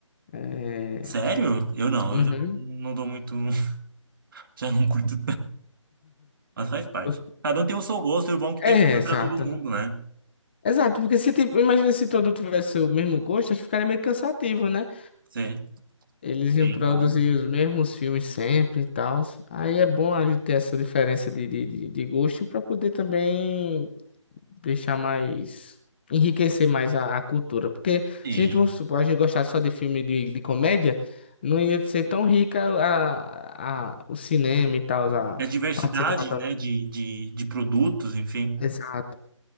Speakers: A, on the left; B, on the right.
A: É.
B: Sério? Eu não,
A: Uhum.
B: eu já não, não dou muito, <laughs> já não curto Mas faz parte.
A: <laughs>
B: Cada um tem o seu gosto, e o bom é que tem
A: É,
B: filme
A: exato.
B: para todo mundo, né?
A: Exato, porque se, tipo, imagina se todo tivesse o mesmo gosto, acho que ficaria meio cansativo, né?
B: Sim,
A: Eles iam
B: sim,
A: produzir
B: claro.
A: os mesmos filmes sempre e tal. Aí é bom a gente ter essa diferença de, de, de de gosto para poder também deixar mais. enriquecer mais a, a cultura. Porque
B: Sim.
A: se a gente, vamos supor, a gente gostar só de filme de, de comédia, não ia ser tão rica a, a, o cinema e tal, a
B: E a diversidade,
A: parte cinematográfica.
B: né, de, de, de produtos, enfim.
A: Exato,